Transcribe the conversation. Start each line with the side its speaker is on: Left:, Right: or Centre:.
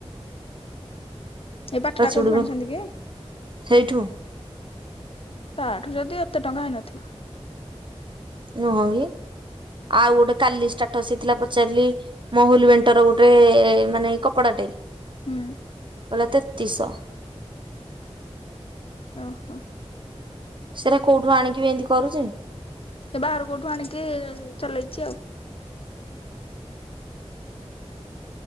Left: ଏଇ ପାଟଟା
Right: ପ୍ରାଚୁଡୁବୁ
Left: କୋଉଠୁ ଆଣିଛନ୍ତି କି?
Right: ହେଇଠୁ
Left: ତାଠୁ ଯଦି ଏତେ ଟଙ୍କା ହେଇନଥିବ।
Right: ନୁହଁ କି ଆଉ ଗୁଟେ କାଲି ଷ୍ଟାର୍ଟସ ରେ ଥିଲା ପଚାରିଲି। ମହୁଲି ବେଣ୍ଟର ଗୁଟେ ମାନେ କପଡାଟେ କହିଲା
Left: ହୁଁ
Right: ତେତିଶ।
Left: ଓହୋ।
Right: ସେଇରା କୋଉଠୁ ଆଣିକି ବି ଏମିତି କରୁଚି।
Left: ସେ ବାହାରୁ କଉଠୁ ଆଣିକି ଚଲେଇଚି ଆଉ।